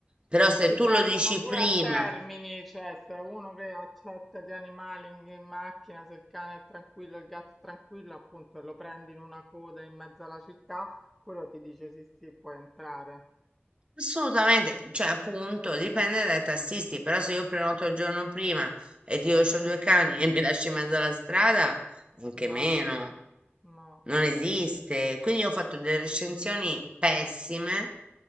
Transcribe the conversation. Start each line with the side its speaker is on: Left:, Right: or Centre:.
Right: però
Centre: Ma
Right: se
Centre: ti
Right: tu
Centre: prendono
Right: lo dici
Centre: pure
Right: prima,
Centre: a termini, cioè se è uno che accetta gli animali in, in macchina, se il cane è tranquillo, il gatto è tranquillo, appunto, e lo prendi in una coda in mezzo alla città, quello ti dice sì, sì, puoi entrare.
Right: assolutamente, cioè appunto, dipende dai tassisti, però se io prenoto il giorno prima e ti lascio due cani e mi lasci in mezzo alla strada, anche
Centre: No,
Right: meno,
Centre: no,
Right: non esiste. Quindi io ho fatto delle recensioni pessime